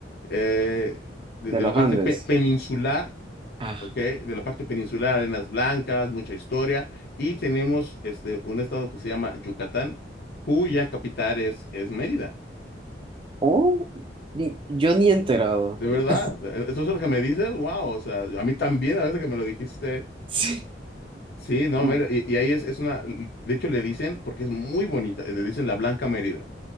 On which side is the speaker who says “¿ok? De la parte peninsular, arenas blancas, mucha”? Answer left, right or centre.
Left